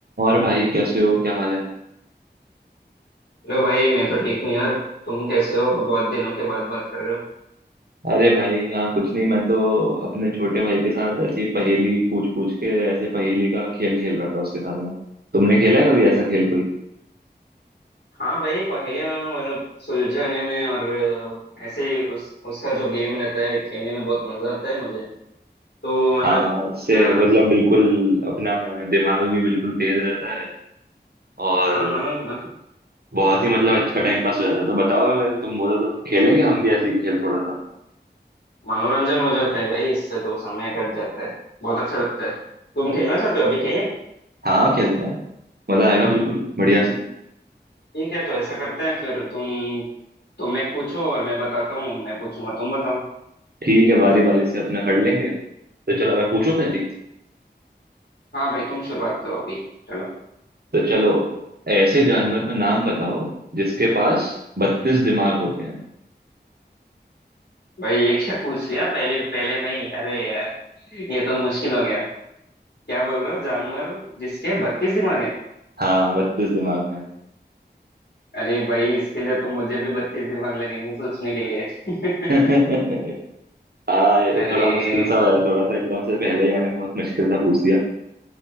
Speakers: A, on the right; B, on the left.
A: और भाई कैसे हो क्या हाल है
B: Hello भाई मैं तो ठीक हूँ यार तुम कैसे हो बहुत दिनों के बाद बात कर रहे हो
A: अरे भाई हाँ कुछ नहीं मैं तो अपने छोटे भाई के साथ ऐसे ही पहेली पूछ पूछ के ऐसे पहेली का खेल खेल रहा था उसके साथ में तुमने खेला है कभी ऐसा खेल कोई
B: हाँ भाई पहेलियाँ मतलब सुलझाने में और अ, ऐसे ही उस उसका जो गेम रहता है खेलने में बहुत मजा आता है मुझे तो मतलब
A: हाँ हाँ इससे
B: क्या
A: मतलब बिल्कुल अपना दिमाग भी बिल्कुल तेज रहता है और
B: हाँ हाँ म-
A: बहुत ही मतलब अच्छा टाइम पास हो जाता है तो बताओ अगर तुम बोलो तो खेलेंगे हम भी ऐसे ही खेल थोड़ा सा
B: मनोरंजन हो जाता है भाई इससे तो समय कट जाता है बहुत अच्छा लगता है तुम खेलना चाहते हो अभी खेलें
A: हाँ हाँ खेलते हैं मजा आएगा बिल्कुल बढ़िया से
B: ठीक है तो ऐसा करते हैं फिर तुम तुम एक पूछो और मैं बताता हूँ मैं पूछूंगा तुम बताओ
A: ठीक है बारी बारी से अपना कर लेंगे तो चलो मैं पूछूं पहली
B: हाँ भाई तुम शुरुआत करो अभी चलो
A: तो चलो ऐसे जानवर का नाम बताओ जिसके पास बत्तीस दिमाग होते हैं
B: भाई ये क्या <laughs> पूछ लिया पहले पहले में ही अरे यार ये तो मुश्किल हो गया क्या बोल रहे हो जानवर जिसके बत्तीस दिमाग है
A: हाँ बत्तीस दिमाग हैं
B: अरे भाई इसके लिए तो मुझे भी बत्तीस दिमाग लगेंगे सोचने के लिए <laughs>
A: <laughs> हाँ ये
B: अरे
A: तो थोड़ा मुश्किल सा है थोड़ा सा एकदम से पहले ही मैंने बहुत मुश्किल सा पूछ दिया